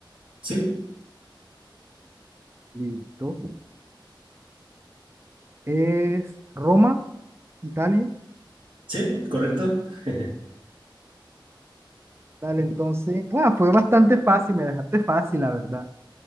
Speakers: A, on the right; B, on the right.
A: sí,
B: Listo. Es Roma, Italia.
A: sí, correcto. <laughs>
B: Dale, entonces. Ah, fue bastante fácil, me dejaste fácil, la verdad.